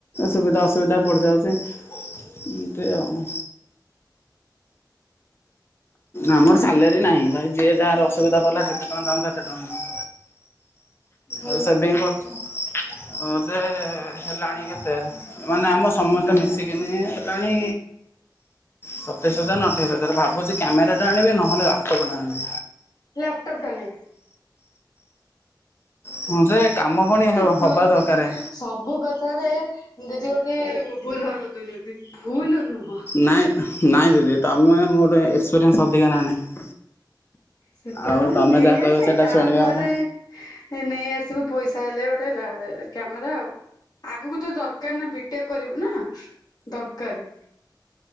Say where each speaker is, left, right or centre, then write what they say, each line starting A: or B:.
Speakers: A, on the left; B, on the left.
A: ସୁବିଧା ଅସୁବିଧା ପଡ଼ିଯାଉଚି ଏମିତି ଆଉ। ଆମର ସାଲେରୀ ନାହିଁ ଭାଇ ଯିଏ ଯାହାର ଅସୁବିଧା ପଇଲା ସେତେ ଟଙ୍କା ଦବ ସେତେ ଟଙ୍କା ନିଅ।
B: ଭଲ।
A: ଏଇ ସେଭିଙ୍ଗ କରୁଚି ହୋଉ ଯେ ହେଲାଣି କେତେ ମାନେ ଆମ ସମସ୍ତେ ମିଶିକିନି ହେଲାଣି ସତେଇଶି ହଜାର ନା ଅଠେଇଶି ହଜାର, ଭାବୁଚି କ୍ୟାମେରା ଟେ ଆଣିବି ନହେଲେ ଲାପ୍ ଟପ୍ ଟେ ଆଣିବି।
B: ଲାପଟପ୍ ଟେ ଆଣିବି।
A: ହଁ ଯେ କାମ ପୁଣି ହ
B: ତୁ
A: ହବା
B: ଭାବୁଛୁ
A: ଦରକାରେ।
B: ସବୁ କଥାରେ ଦିଦି ଗୋଟେ ଭୁଲ୍ ଭାର କରିଦଉଚନ୍ତି। ଭୁଲ୍ ନୁହଁ।
A: ନାଇଁ ନାଇଁ ଦିଦି ତମେ ମୋଠୁ ଏକ୍ସେପିରିନ୍ସ୍ ଅଧିକା ନା ନାହିଁ।
B: ସେଟା
A: ଆଉ
B: ନୁହଁ
A: ତମେ
B: ନେଇ
A: ଯାହା କହିବ
B: ଆସେ
A: ସେଇଟା
B: ତାପରେ।
A: ଶୁଣିବା କଥା
B: ଏ ନେଇ ଆସିବୁ ପଇସା ହେଲେ ଗୋଟେ ଲା କ୍ୟାମେରା ଆଉ। ଆଗକୁ ତ ଦରକାର ନା ବିଟେକ୍ କରିବୁ ନା ଦରକାରେ।